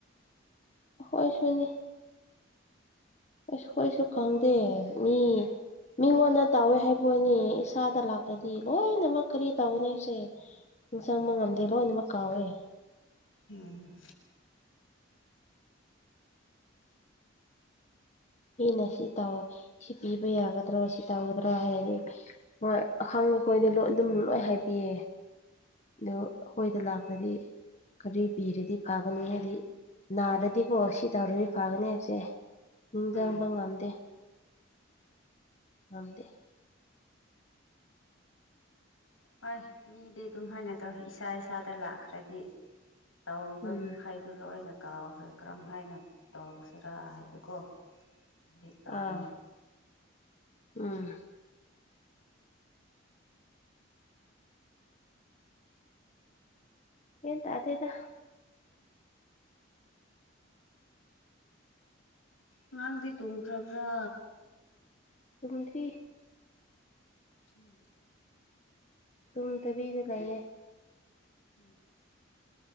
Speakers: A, on the left; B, on the left.
A: ꯈꯣꯏꯁꯨꯅꯤ ꯑꯁ ꯍꯣꯏꯁꯨ ꯈꯪꯗꯦ ꯃꯤ ꯃꯤꯉꯣꯟꯗ ꯇꯧꯋꯦ ꯍꯥꯏꯕꯣꯏꯅꯤ ꯏꯁꯥꯗ ꯂꯥꯛꯇ꯭ꯔꯗꯤ ꯂꯣꯏꯅꯃꯛ ꯀꯔꯤ ꯇꯧꯅꯤ ꯑꯩꯁꯦ ꯅꯤꯡ ꯆꯪꯕ ꯉꯝꯗꯦ ꯂꯣꯏꯅꯃꯛ ꯀꯥꯎꯋꯦ
B: ꯎꯝ
A: ꯃꯤꯅ ꯁꯤ ꯇꯧ ꯁꯤ ꯄꯤꯕ ꯌꯥꯒꯗ꯭ꯔꯣ ꯁꯤ ꯇꯧꯒꯗ꯭ꯔꯣ ꯍꯥꯏꯔꯗꯤ ꯍꯣꯏ ꯑꯈꯥꯡ ꯃꯈꯣꯏꯗ ꯂꯣꯏ ꯑꯗꯨꯝ ꯂꯣꯏ ꯍꯥꯏꯕꯤꯌꯦ ꯗꯨ ꯑꯩꯈꯣꯏꯗ ꯂꯥꯀꯅꯤ ꯀꯔꯤ ꯄꯤꯔꯗꯤ ꯐꯒꯅꯤ ꯍꯥꯏꯗꯤ ꯅꯥꯔꯗꯤꯀꯣ ꯁꯤ ꯇꯧꯔꯗꯤ ꯐꯒꯅꯤ ꯍꯥꯏꯕꯁꯦ ꯅꯤꯡꯖꯥꯡꯕ
B: ꯎꯝ
A: ꯉꯝꯗꯦ ꯉꯝꯗꯦ
B: ꯍꯣꯏ ꯃꯤꯗꯤ ꯑꯗꯨꯝ ꯍꯥꯏꯅ ꯇꯧ ꯏꯁꯥ ꯏꯁꯥꯗ ꯂꯥꯛꯈ꯭ꯔꯗꯤ ꯇꯧꯕ
A: ꯎꯝ
B: ꯑꯗꯨ ꯂꯣꯏꯅ ꯀꯥꯎꯈ꯭ꯔꯦ ꯀꯔꯝ ꯍꯥꯏꯅ ꯇꯧꯁꯤꯔꯥ ꯍꯥꯏꯕꯀꯣ ꯍꯦꯛ ꯇꯧꯕꯅꯦ
A: ꯑꯥ ꯎꯝ ꯌꯦꯟ ꯇꯥꯗꯦꯗ
B: ꯉꯥꯡꯗꯤ ꯇꯨꯝꯈ꯭ꯔꯕ꯭ꯔꯥ
A: ꯆꯨꯝꯗ꯭ꯔꯤ
B: ꯎꯝ
A: ꯇꯨꯝꯗꯕꯤꯗ ꯂꯩꯌꯦ
B: ꯎꯝ